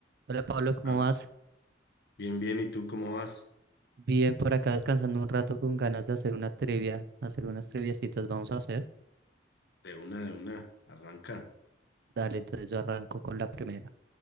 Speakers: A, on the right; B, on the left.
A: Hola Pablo, ¿cómo
B: Ar-
A: vas?
B: Bien, bien, ¿y tú cómo vas?
A: Bien, por acá descansando un rato con ganas de hacer una trivia, hacer unas triviacitas vamos a hacer.
B: De una, de una, arranca.
A: Dale, entonces yo arranco con la primera.